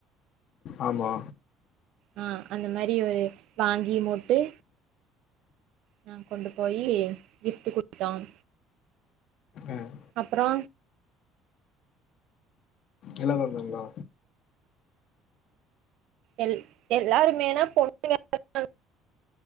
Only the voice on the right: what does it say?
ஆ அந்த மேரி ஒரு வாங்கி மொடடு நா கொண்டு போயி கிஃப்ட் குடுத்தோம்
அப்பறோ
எல் எல்லாருமேனா பொண்ணுங்க மட்